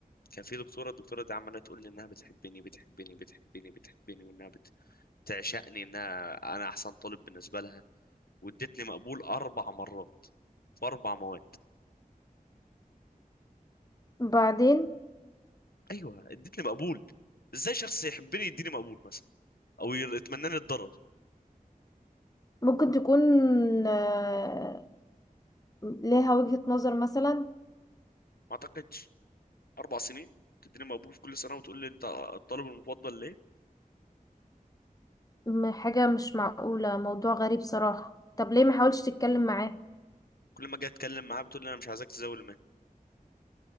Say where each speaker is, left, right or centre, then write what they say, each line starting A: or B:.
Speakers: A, on the left; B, on the left.
A: كان في دكتورة الدكتورة دي عمالة تقول لي انها بتحبني بتحبني بتحبني بتحبني وانها بت- بتعشقني انها انا احسن طالب بالنسبة لها وادتني مقبول اربع مرات في اربع مواد
B: بعدين
A: ايوه ادتني مقبول ازاي شخص يحبني يديني مقبول مثلا او يتمنى لي الضرر
B: ممكن تكون آه، ليها وجهة نظر مثلا
A: ما اعتقدش اربع سنين تديني مقبول في كل سنه وتقول لي انت الطالب المفضل ليه
B: م- حاجه مش معقوله موضوع غريب صراحه طب ليه ما حاولتش تتكلم معاه
A: كل ما اجي اتكلم معاه بتقول لي انا مش عايزك تزاول المهنه